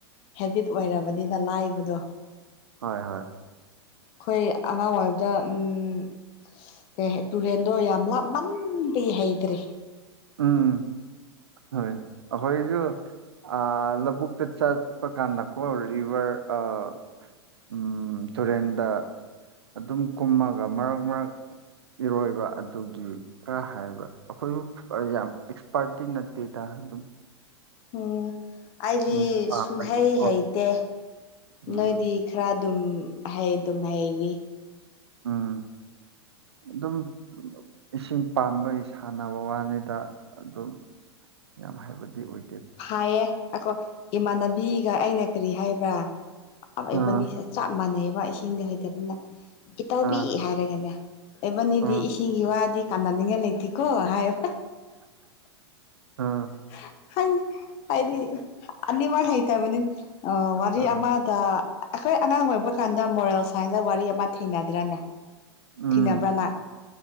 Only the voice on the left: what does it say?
ꯍꯦꯕꯤꯠ ꯑꯣꯏꯔꯕꯅꯤꯅ ꯂꯥꯏꯕꯗꯣ
ꯈꯣꯏ ꯑꯉꯥꯡ ꯑꯣꯏꯕꯗ ꯎꯝ ꯀꯥꯍꯦ ꯇꯨꯔꯦꯟꯗꯣ ꯌꯥꯝ ꯂꯥꯞꯃꯟꯕꯩ ꯍꯩꯇ꯭ꯔꯦ
ꯎꯝ ꯑꯥꯢꯗꯤ
ꯁꯨꯍꯩ ꯍꯩꯇꯦ
ꯅꯣꯏꯗꯤ ꯈꯔ ꯑꯗꯨꯝ ꯍꯩ ꯗꯨꯝ ꯍꯩꯔꯤ
ꯐꯥꯌꯦ ꯑꯈꯣꯏ ꯏꯃꯥꯟꯅꯕꯤꯒ ꯑꯩꯅ ꯀꯔꯤ ꯍꯥꯏꯕ꯭ꯔꯥ ꯑꯥꯎ
ꯏꯕꯥꯟꯅꯤꯁꯦ ꯆꯥꯞ ꯃꯥꯟꯅꯩꯕ ꯏꯁꯤꯡꯗꯤ ꯍꯩꯇꯕꯅꯤꯅ ꯏꯇꯥꯎꯕꯤ
ꯍꯥꯏꯔꯒꯅꯦ ꯑꯦꯕꯥꯅꯤꯗꯤ
ꯏꯁꯤꯡꯒꯤ ꯋꯥꯗꯤ ꯀꯥꯟꯅꯅꯤꯉꯥꯏ ꯂꯩꯇꯦ ꯀꯣ ꯍꯥꯏꯌꯣ
<unintelligible> ꯍꯥꯏ ꯍꯥꯏꯗꯤ ꯑꯅꯤꯃꯛ ꯍꯩꯇꯕꯅꯤ ꯑꯧ ꯋꯥꯔꯤ
ꯑꯃꯗ ꯑꯈꯣꯏ ꯑꯉꯥꯡ ꯑꯣꯏꯕ ꯀꯥꯟꯗ ꯃꯣꯔꯦꯜ ꯁꯥꯏꯟꯁꯗ ꯋꯥꯔꯤ ꯑꯃ ꯊꯦꯡꯅꯗ꯭ꯔꯅꯦ
ꯊꯦꯡꯅꯕ꯭ꯔꯥ ꯅꯥ